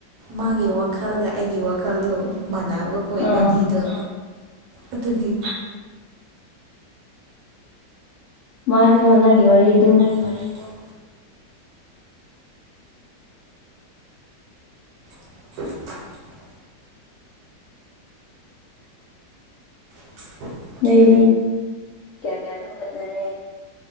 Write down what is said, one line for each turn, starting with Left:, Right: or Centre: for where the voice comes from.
Right: ꯃꯥꯒꯤ ꯋꯥꯈꯜꯒ ꯑꯩꯒꯤ ꯋꯥꯈꯜꯗꯣ ꯃꯥꯟꯅꯕ ꯍꯧ ꯏꯕꯥꯅꯤꯗꯨ
Left: ꯑꯥ
Right: ꯑꯗꯨꯒꯤ
Left: ꯃꯥꯁꯨ ꯅꯪꯒꯤ ꯋꯥꯔꯤ ꯑꯗꯨꯝ ꯂꯤꯌꯦ꯫
Right: ꯋꯥꯔꯤ ꯑꯗꯨꯝ <unintelligible> <inaudible>
Left: ꯂꯩꯔꯤ ꯀꯌꯥꯗ ꯍꯧꯒꯠꯅꯔꯦ